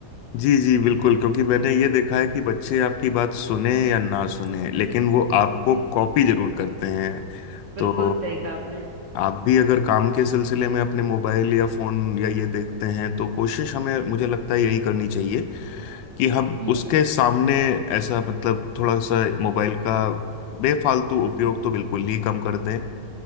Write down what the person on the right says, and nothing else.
जी
बिल्कुल
सही कहा आपने
हम्म